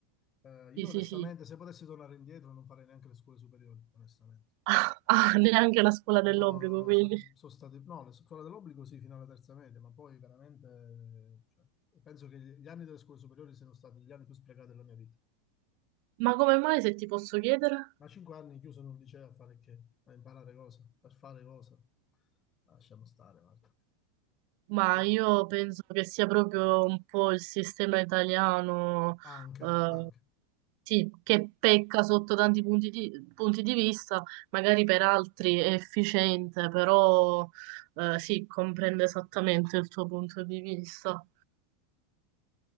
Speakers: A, on the left; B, on the right.
A: Eh,
B: Sì,
A: io
B: sì,
A: onestamente,
B: sì.
A: se potessi tornare indietro, non farei neanche le scuole superiori, onestamente.
B: <laughs> Ah, neanche la scuola
A: No,
B: dell'obbligo,
A: no, no,
B: quindi.
A: stati- sono stati, no, le scuole dell'obbligo sì, fino alla terza media, ma poi veramente, cioè, penso che gli anni delle scuole superiori siano stati gli anni più sprecati della mia vita.
B: Ma come mai, se ti posso chiedere?
A: Ma cinque anni chiuso in un liceo a fare che? A imparare cosa? Per fare cosa? Ah, Lasciamo stare, guarda.
B: Ma
A: Boh.
B: io penso che sia proprio un po' il sistema italiano
A: Anche,
B: eh,
A: anche.
B: Sì, che pecca sotto tanti punti di, punti di vista, magari per altri è efficiente, però eh, sì, comprende esattamente il tuo punto di vista.